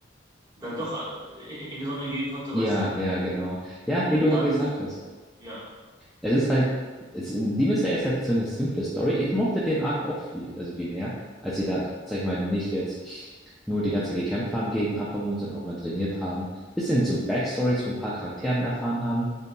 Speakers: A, on the right; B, in the centre.
A: dann doch äh, in die Sonne gehen konnte,
B: Ja,
A: weißt du?
B: ja, genau. Ja,
A: Und
B: wie du
A: dann,
B: halt gesagt hast.
A: ja,
B: Es ist halt, es, Demon Slayer ist halt so eine simple Story. Ich mochte den Arc auch viel, also viel mehr, als sie da, sag ich mal, nicht jetzt nur die ganze Zeit gekämpft haben gegen Upper Moon, sondern auch mal trainiert haben. Bisschen so Backstories von ein paar Charakteren erfahren haben.